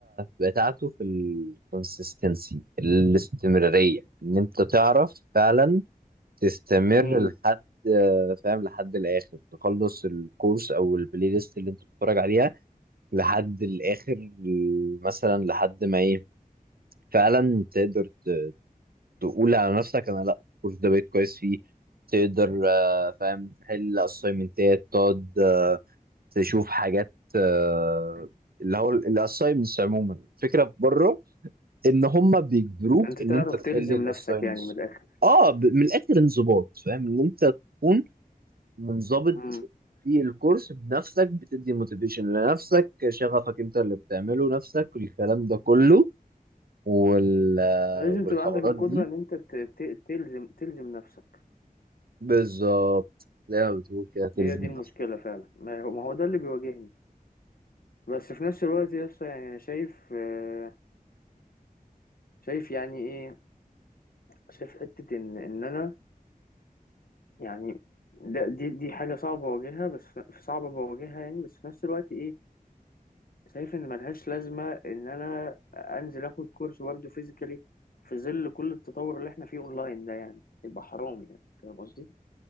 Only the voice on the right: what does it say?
بتاعته في الكونسيستنسي الاستمراريه ان انت تعرف فعلا تستمر
لحد فاهم لحد الاخر تخلص الكورس او البلاي ليست اللي انت بتتفرج عليها لحد الاخر مثلا لحد ما ايه فعلا تقدر ت- تقول على نفسك انا لا الكورس ده بقيت كويس فيه تقدر آه، فاهم تحل اسايمنتات تقعد آه، تشوف حاجات آه، اللي هو الاسايمنتس عموما الفكره في بره ان هم بيجبروك
ان
انت تحل
الاسايمنتس
اه ب- من الاخر انضباط فاهم ان انت تكون منضبط
في الكورس بنفسك بتدي موتيفيشن لنفسك شغفك انت اللي بتعمله نفسك الكلام ده كله وال
والحوارات
دي
بالظبط زي ما بتقول كده تلزم
نفسك